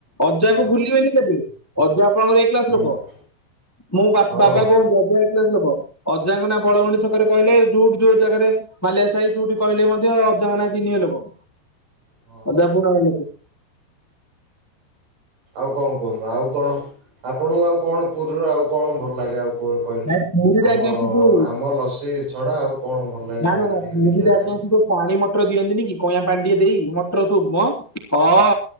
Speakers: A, in the centre; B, on the right.
A: ଅଜାକୁ
B: ହଁ
A: ଭୁଲିବେନି <unintelligible> ଅଜା ଆପଣଙ୍କର ଏ କ୍ଲାସ
B: ହୁଁ।
A: ଲୋକ ମୋ ବାପ୍
B: ହଁ
A: ବାବା
B: ହଁ ହଁ
A: କୁହନ୍ତି ଅଜା ଏ କ୍ଲାସ ଲୋକ। ଅଜାଙ୍କ ନାଁ ବଳଗଣ୍ଡି ଛକରେ କହିଲେ ଯୋଉଠି ଯୋଉ ଜାଗାରେ ମାଲିଆସାହି ଯୋଉଠି କହିଲେ ମଧ୍ୟ ଅଜାଙ୍କ ନାଁ ଚିହିଁବେ ଲୋକ।
B: ହଁ
A: ଅଜା <unintelligible>
B: ହଁ ହଁ ଆଉ କଣ କୁହନ୍ତୁ ଆଉ କଣ ଆପଣଙ୍କୁ ଆଉ କଣ ପୁରୀର ଆଉ କଣ ଭଲ ଲାଗେ ଆଉ? କଣ କହିଲେ
A: ନାଇଁ ପୁରୀରେ
B: ଆମ
A: ଆଜ୍ଞା ସେ ଯୋଉ
B: ଆମ ଲସି ଛଡ଼ା ଆଉ କଣ ଭଲ ଲାଗେ
A: ନା
B: କହିଲେ
A: ନା ନା
B: ଟିକେ
A: ପୁରୀରେ
B: ଦେଖିବା
A: ଆଜ୍ଞା
B: କାଇଁ?
A: ସେ ଯୋଉ ପାଣି ମଟର ଦିଅନ୍ତିନି କି କଇଁଆ ପାଣି ଟିକେ ଦେଇ ମଟର ସୁପ୍ ମ ହଁ